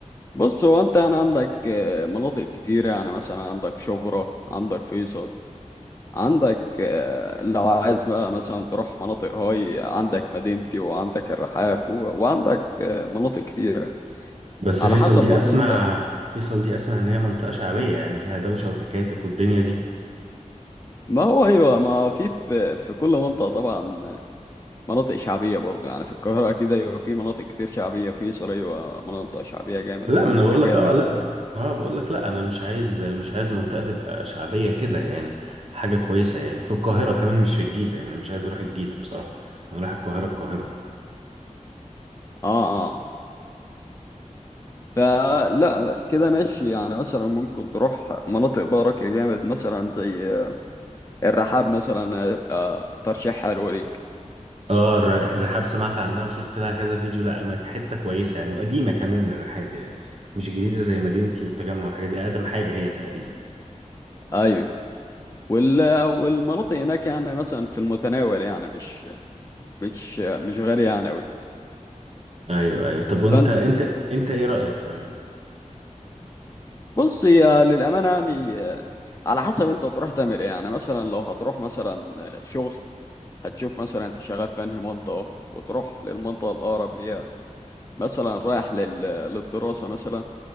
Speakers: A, on the left (about 25°); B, on the right (about 55°).
A: بص هو انت يعني عندك آه، مناطق كتير يعني مثلا عندك شبرا عندك فيصل عندك آه، لو عايز بقى مثلا تروح مناطق هاي عندك مدينتي وعندك الرحاب و- وعندك آه، مناطق كتيرة
B: بس
A: على
B: فيصل
A: حسب
B: دي
A: برضه
B: اسمع
A: انت
B: فيصل دي اسمع ان هي منطقة شعبية يعني فيها دوشة وتكاتك والدنيا دي
A: ما هو ايوه ما في في في كل منطقة طبعا مناطق شعبية برضه يعني في القاهرة كده ايوه في مناطق كتير شعبية فيصل ايوه مناطق شعبية جامد
B: لا
A: وتكاتك
B: ما انا بقول لك اه لا ب... اه بقول لك لا انا مش عايز مش عايز منطقة تبقى شعبية كده يعني حاجة كويسة يعني في القاهرة كمان مش في الجيزة يعني انا مش عايز اروح الجيزة بصراحة انا رايح القاهرة القاهرة
A: اه آه. فلا كده ماشي يعني مثلا ممكن تروح مناطق بقى راقية جامد مثلا زي الرحاب مثلا هيبقى ترشيح حلو ليك
B: اه الر- الرحاب سمعت عنها وشفت لها كذا فيديو لا أما حتة كويسة يعني وقديمة كمان الرحاب يعني مش جديدة زي مدينتي والتجمع والحاجات دي اقدم حاجة هي تقريبا
A: ايوه وال والمناطق هناك يعني مثلا في المتناول يعني مش مش مش غالية يعني أوي
B: ايوه ايوه طب وانت
A: فانت
B: انت انت ايه رأيك طيب
A: بص يا للأمانة يعني على حسب انت تروح تعمل ايه يعني مثلا لو هتروح مثلا شغل هتشوف مثلا انت شغال في انهي منطقة وتروح للمنطقة الأقرب ليها مثلا رايح لل... للدراسة مثلا